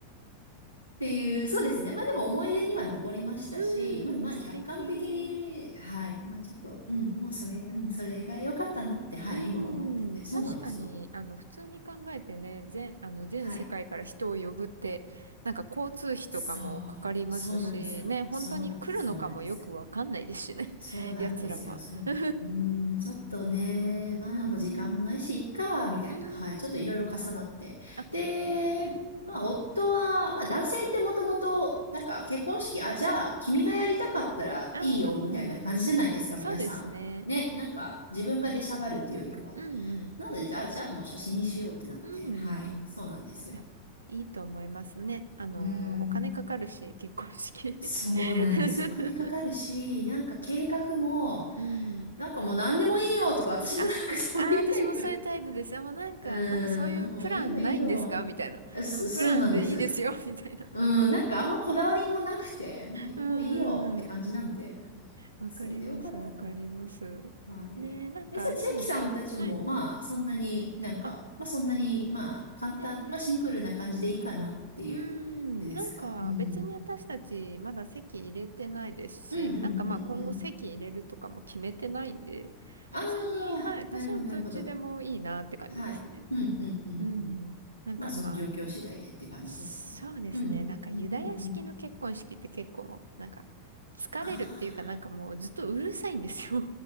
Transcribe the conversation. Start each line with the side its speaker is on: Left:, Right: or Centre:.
Left: っていう、そうですね。まあでも思い出には残りましたし、
Right: えー、う
Left: まあまあ客観的に、
Right: ーん、素敵。
Left: はい。まあちょっと、うん、もうそれ、うん、それが良かったなって、はい、
Right: うーん、
Left: 今思ってて、そうなんですよ。
Right: 確かに、あの、普通に考えてね、全、あの、全世界から人を呼ぶって、
Left: はい。
Right: なんか交通費とかもかかりますし、
Left: そう、そうなんですよ。
Right: ね、本当に来るのかもよくわかんないですしね、
Left: そうなんです、そうなんです。
Right: <laughs>
Left: そうなんですよ。
Right: 奴らは。
Left: そう。
Right: <laughs> う
Left: うーん、ちょっとね、まあもう時間もないし、
Right: ーん、
Left: いっか、みたいな。
Right: うーん。
Left: はい。ちょっといろいろ重なって。
Right: あ、
Left: で、
Right: えー、
Left: まあ夫は、まあ男性ってもともと、なんか結婚式、あ、じゃあ君がやりたかったらいいよ、
Right: うーん、
Left: みたいな感じじゃないですか、
Right: そうですね。
Left: 皆さん。ね、なんか自分が出しゃばるっていうよりかは。
Right: うんうん。
Left: なので、あ、じゃあもう写真にしようってなって。
Right: うんうんうん。
Left: はい。そうなんですよ。
Right: いや、いいと思いますね。あのーお金かかるし、
Left: うーん。
Right: 結婚式。
Left: そうなんです。
Right: <laughs>
Left: お金かかるし、なんか計画も、
Right: うん。
Left: なんかもう何でもいいよとか、
Right: あ、
Left: 私もなんかそういうタイプ。
Right: あ、あ、私もそういうタイプです。あ、もうなんか、
Left: うーん、
Right: なんかそういうプランないんですかみたいな。
Left: もういいよいいよ。そ、
Right: そのプランでいいですよ、
Left: そうなんです。
Right: <laughs> みたいな。
Left: うん、なんかあんまこだわりもなくて、もうい、
Right: うーん。
Left: もういいよって感じなんで、うん、
Right: わかります、
Left: それでよかったな。
Right: わかります。
Left: はい。
Right: ねえ、なんか、
Left: え、じゃあ千秋さんたちも、
Right: でも、はい。
Left: まあ、そんなになんか、
Right: あ
Left: まあそんなに、まあ簡単、
Right: 全然。
Left: まあシンプルな感じでいいかなっていう、
Right: うー
Left: あれですか。
Right: ん、なんか別に私たちまだ籍入れてないですし、
Left: うん。うんうんうんうん。
Right: なんかまあ今後籍入れるとかも決めてないんで、
Left: ああ、
Right: 別に、はい、私はどっちでもいいなって感じですね。
Left: なるほど、なるほど。はい。うん、うん、うん、
Right: うん、
Left: うん。
Right: なんかまあ、
Left: まあ、その状況次第でって感じですね。
Right: そうですね、
Left: うん、うん、
Right: なんかユダヤ式の結婚式って結構、
Left: うん、うん、うん。
Right: なんか疲れるっていうかなんかもうずっとうるさいんですよ
Left: あ